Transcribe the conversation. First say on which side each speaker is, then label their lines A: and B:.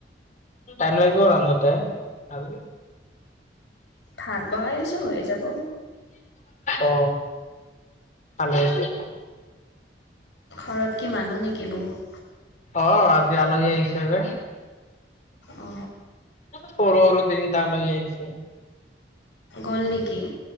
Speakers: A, on the left (about 40°); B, on the left (about 85°).
A: টাইম লাগিব ৰান্ধতে আৰু।
B: ভাত বহাই দিছো হৈ যাব।
A: অ ভালে হৈছে।
B: ঘৰত কি মানুহ নেকি বহুত?
A: অ আজি আলহী আহিছে যে
B: অ।
A: সৰু সৰু তিনটা লৈ আহিছো।
B: গল নেকি?